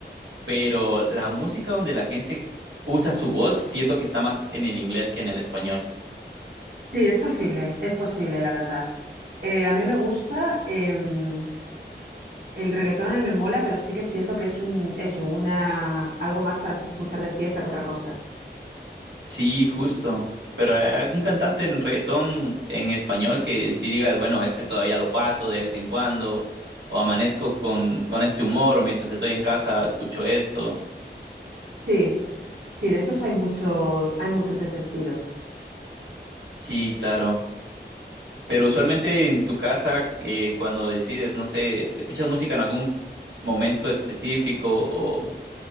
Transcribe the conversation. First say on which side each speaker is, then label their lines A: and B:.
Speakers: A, on the right; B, on the right.
A: Pero la música donde la gente usa su voz, siento que está más en el inglés que en el español.
B: Sí, es posible, es posible, la verdad. Eh, a mí me gusta, em, el reggaetón a mí me mola, pero sí que siento que es un, eso, una, algo más para escuchar de fiesta que otra cosa.
A: Sí, justo. Pero ¿hay algún cantante en reggaetón en español que si digas, bueno, este todavía lo paso de vez en cuando, o amanezco con, con este humor, o mientras estoy en casa escucho esto.
B: Sí, sí, de esos hay mucho, hay muchos de ese estilo.
A: Sí, claro. Pero usualmente en tu casa, eh, cuando decides, no sé, ¿escuchas música en algún momento específico o,